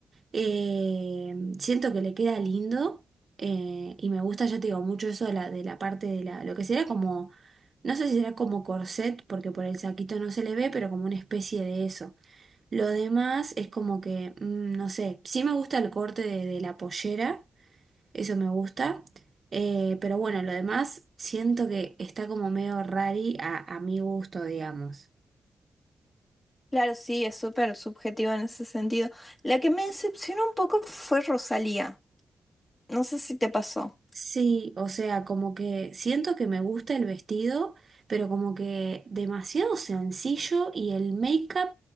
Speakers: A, on the right (about 50°); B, on the left (about 25°).
A: Eh, siento que le queda lindo eh, y me gusta, ya te digo, mucho eso de la, de la parte de la, lo que sería como, no sé si será como corset, porque por el saquito no se le ve, pero como una especie de eso. Lo demás es como que, mm, no sé, sí me gusta el corte de, de la pollera. Eso me gusta. Eh, pero bueno, lo demás siento que está como medio rari a, a mi gusto, digamos.
B: Claro, sí, es súper subjetivo en ese sentido. La que me decepcionó un poco fue Rosalía. No sé si te pasó.
A: Sí, o sea, como que siento que me gusta el vestido, pero como que demasiado sencillo y el make-up